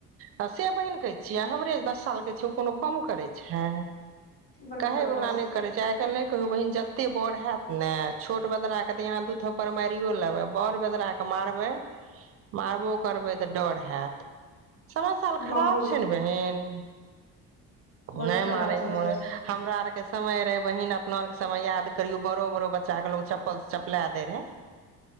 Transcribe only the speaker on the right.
आ से बहिन कहै छियै हमरे दस सालके छै ओ कोनो काम करै छै।
कहैवला
नै करै छै, आइ काल्हि नहि कहियौ बहिन जतेक बड़ हयत नै छोट बदरा के त अहां दु थापर मारियो लेबै, बड़ बदरा के मारबै मारबो करबै त डर हयत। समय
साल खराब
छै ने बहिन।
नै
मारैके
मोन
होइये, हमरा आर के समय रहै बहिन अपना और समय याद करियौ बड़ो बड़ो बच्चा के लोग चपल से चपला देै रहे।